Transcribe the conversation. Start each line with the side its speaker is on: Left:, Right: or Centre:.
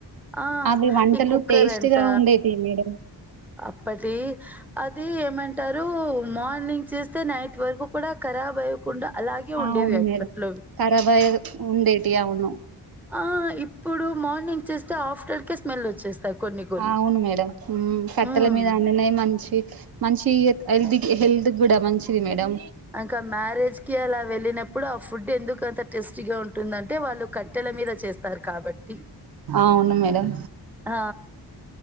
Centre: ఆ
Right: అవి వంటలు
Centre: ఈ కుక్కర్
Right: టేస్ట్గా
Centre: అంట
Right: ఉండే టివి మేడం
Centre: అప్పటి అది ఏమంటారు మార్నింగ్ చేస్తే నైట్ వరకు కూడ క ఖరాబ్ అయకుండ అలాగే ఉండేవి
Right: అవును
Centre: అప్పట్లోవి
Right: మేడం ఖరాబ్ అయ్యే ఉండేటివి అవును
Centre: ఆ ఇప్పుడు మార్నింగ్ చేస్తే ఆఫ్టర్కే స్మెల్ వచ్చేస్తాయి కొన్ని కొన్ని
Right: ఆ అవును మేడం కట్టెల
Centre: ఉమ్
Right: మీద వండినాయి మంచి మంచి హెల్త్ హెల్త్ కూడ మంచిది మేడం
Centre: ఇంకా మ్యారేజ్ కి అలా వెళ్ళినప్పుడు ఆ ఫుడ్ ఎందుకు అంత టేస్టీగా ఉంటుందంటే వాళ్ళు కట్టెల మీద చేస్తారు కాబట్టి
Right: అవును మేడం
Centre: ఆ